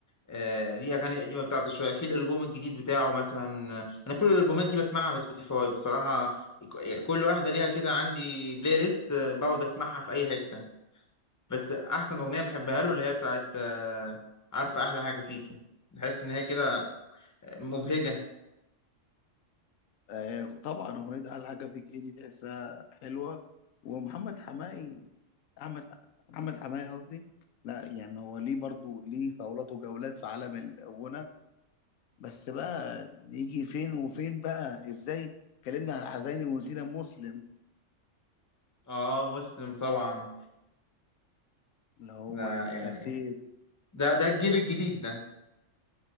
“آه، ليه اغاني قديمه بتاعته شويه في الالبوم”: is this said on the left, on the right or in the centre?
Left